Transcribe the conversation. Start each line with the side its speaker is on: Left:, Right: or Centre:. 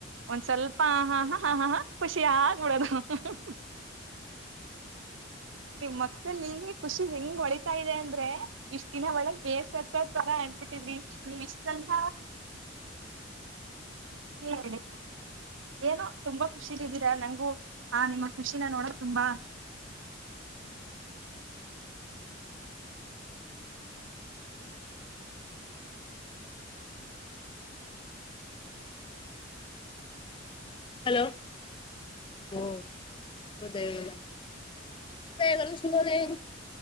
Right: ಒಂದ್ ಸ್ವಲ್ಪ ಹ ಹಾ ಹ ಹ ಹ ಖುಷಿಯಾಗ್ ನೋಡನ ಹಃ ಹ. ನಿಮ್ ಮಕ್ದಲ್ಲಿ ಖುಷಿ ಹೆಂಗ್ ಹೊಳಿತಾ ಇದೆ ಅಂದ್ರೆ ಇಷ್ಟ ದಿನ ಒಳಗ್ ಬೇಸ್ ತರ ಆಗ್ಬಿಟ್ಟಿದ್ರಿ ನೀವ್ ನೀವ್ ಇಷ್ಟಂತ. <unintelligible> ಏನೋ ತುಂಬಾ ಖುಷಿಲ್ ಇದ್ದೀರಾ ಅನಂಗ್ ಓ ಹ ನಿಮ್ಮ ಖುಷಿ. ನಿನ್ನ ನೋಡಕ್ ತುಂಬಾ.
Left: ಹಲೋ ವೊ ಶುಭೋದಯ. ಗಳು ಏನು.